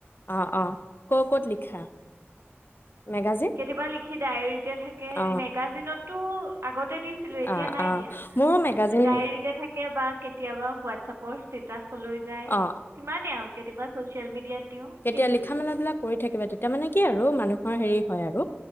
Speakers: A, on the left; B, on the right.
A: অ অ ক' ক'ত লিখা মেগাজিন
B: কেতিয়াবা লিখি ডায়েৰীতে থাকে
A: অ
B: মেগাজিনতো আগত তেতিয়া দিছিলোঁ এতিয়া
A: অ
B: নাই
A: অ
B: দিয়া
A: মোৰো মেগাজিন
B: ডায়েৰিতে থাকে বা কেতিয়াবা হুৱাট চপ ফৰইস্টেটাচ লৈ যায়
A: অ
B: সিমানে আৰু কেতিয়াবা চচিয়েল মিডিয়াত দিওঁ
A: কেতিয়া
B: সেইটোৱেই
A: লিখা মেলা বিলাক কৰি থাকিবা তেতিয়া মানে কি আৰু মানুহৰ হেৰি হয় আৰু